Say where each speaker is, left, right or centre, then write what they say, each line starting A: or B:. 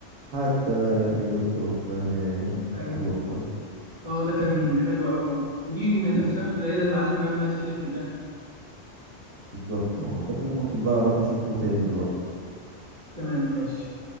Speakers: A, on the right; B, on the right.
A: حتى لا يطير الدخان
B: ايوه
A: ايوه هو ده
B: اه ده كان
A: حتى
B: حلو قوي برضه ودي من الافلام
A: من
B: القليله اللي عادل امام مات فيها في الاخر
A: بالظبط اه ده اللي أنا ممكن بقى اروح اشوفه تاني دلوقتي
B: تمام ماشي